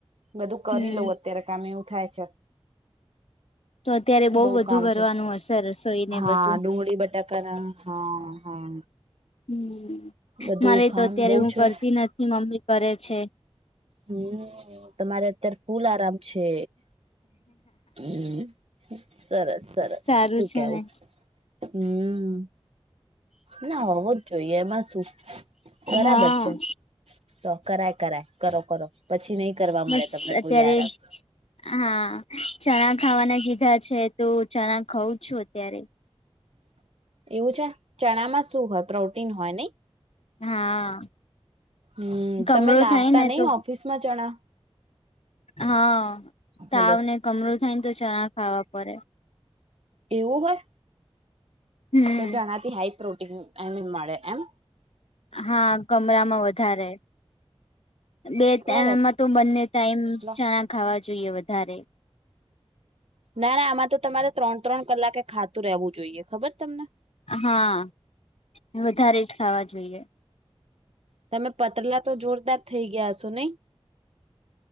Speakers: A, on the right; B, on the left.
A: બધું કરી
B: હમ
A: લઉ અત્યારે કામમે એવું થાય છે
B: તો અત્યારે બઉ
A: બહ
B: બધું
A: કામ
B: કરવાનું
A: છે
B: હશે રસોઈ ને
A: હા
B: બધું
A: ડુંગળી બટાકા હા હા
B: હમ
A: બધું
B: મારે
A: કામ
B: તો અત્યારે
A: બઉ
B: હું
A: છે
B: કરતી નથી મમ્મી કરે છે
A: હમ તમારે અત્યારે ફૂલ આરામ છે હમ સરસ સરસ
B: સારું
A: શું
B: છે
A: કેવું
B: ને
A: હમ ના હોવો જ જોઈએ એમાં શું બરાબર
B: હા
A: છે તો કરાય કરાય કરો કરો પછી નહી કરવા મળે
B: બસ
A: તમને
B: અત્યારે
A: કોઈ આરામ
B: હા ચણા ખાવાના કીધા છે તોું ચણા ખાઉં છું અત્યારે
A: એવું છે? ચણામાં શું હોય, પ્રોટીન હોય નહીં?
B: હા
A: હમ્મ.
B: કમરો
A: તમે લાવતા
B: થાય ને
A: નઈ
B: તો
A: ઓફિસમાં ચણા?
B: હા, તાવ
A: હલો
B: ને કમરું થાય ને તો ચણા ખાવા પડે.
A: એવું હોય?
B: હમ
A: તો ચણા થી હાઈ પ્રોટીન એમીન મળે એમ?
B: હા, કમરામાં વધારે બે ટેમમાં
A: સરસ
B: તો બંને ટાઈમ
A: લો
B: સણા ખાવા જોઈએ વધારે.
A: ના, ના આમાં તો તમારે ત્રણ-ત્રણ કલાકે ખાતું રહેવું જોઈએ. ખબર છ તમને?
B: હા. વધારે જ ખાવા જોઈએ.
A: તમે પતલા તો જોરદાર થઇ ગયા હશો નહીં?